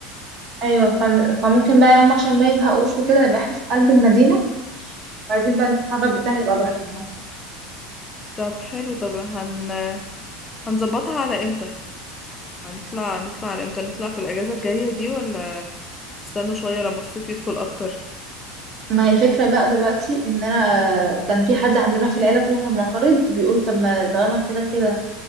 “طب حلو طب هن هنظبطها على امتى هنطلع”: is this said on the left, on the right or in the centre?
Left